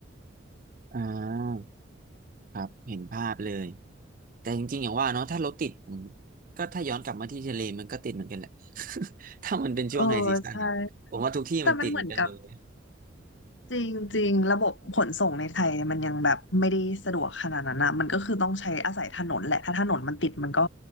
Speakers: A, on the right; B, on the left.
A: อ่าครับเห็นภาพเลย แต่จริงๆอย่างว่าเนาะถ้ารถติดผมก็ถ้าย้อนกลับมาที่ทะเลมันก็ติดเหมือนกันแหละ <laughs> ถ้ามันเป็นช่วงไฮซีซั่น
B: เออใช่
A: ผมว่าทุกที่มันติดเหมือนกันหมดเลย
B: แต่มันเหมือนกับจริงๆระบบขนส่งในไทยมันยังแบบไม่ได้สะดวกขนาดนั้นนะมันก็คือต้องใช้อาศัยถนนแหละถ้าถนนมันติดมันก็